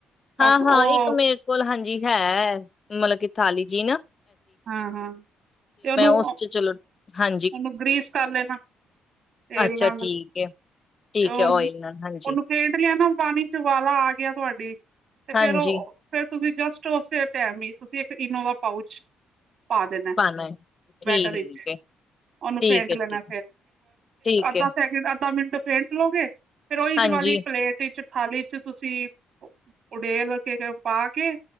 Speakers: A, on the right (about 65°); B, on the left (about 35°).
A: ਬਸ
B: ਹਾਂ,
A: ਉਹ
B: ਹਾਂ। ਇੱਕ ਮੇਰੇ ਕੋਲ ਹਾਂਜੀ ਹੈ। ਮਤਲਬ ਕਿ ਥਾਲੀ। ਟੀਨਾ।
A: ਹਾਂ, ਹਾਂ। ਤੇ ਉਹਨੂੰ ਓਹ।
B: ਉਸ ਚ ਚਲੋ ਹਾਂਜੀ
A: ਇਹਨੂੰ ਗ੍ਰੀਸ ਕਰ ਲੇਨਾ, ਤੇਲ
B: ਅੱਛਾ
A: ਨਾਲ।
B: ਠੀਕ ਹੈ ਠੀਕ
A: ਤੇ ਓਹ
B: ਹੈ ਓਇਲ ਨਾਲ ਹਾਂਜੀ
A: ਓਹਨੂੰ ਫੈਂਟ ਲਿਆ ਨਾ। ਪਾਣੀ ਚ ਵਾਲਾ ਆ ਗਿਆ ਤੁਹਾਡੀ ਤੇ ਫੇਰ
B: ਹਾਂਜੀ
A: ਉਹ ਫੇਰ ਤੁਸੀਂ ਜਸਟ ਉਸੇ ਟਾਈਮ ਹੀ ਤੁਸੀਂ ਇੱਕ ਇਨੋਵਾ ਪਾਊਚ ਪਾ ਦਿਨਾ
B: ਪਾਣਾ ਹੈ
A: ਬੈਟਰ
B: ਠੀਕ
A: ਵਿੱਚ
B: ਹੈ
A: ਉਹਨੂੰ
B: ਠੀਕ
A: ਫੇਂਟ
B: ਹੈ
A: ਲੈਣਾ
B: ਠੀਕ ਠੀਕ
A: ਅੱਧਾ
B: ਹੈ
A: ਸ ਅੱਧਾ ਮਿੰਟ ਫੇਟ ਲੋਗੇ ਫਿਰੋਈ
B: ਹਾਂਜੀ
A: ਜ ਵਾਲੀ ਪਲੇਟ ਵਿੱਚ ਥਾਲੀ ਚ ਤੁਸੀਂ ਉਡੇਲ ਕੇ ਪਾ ਕੇ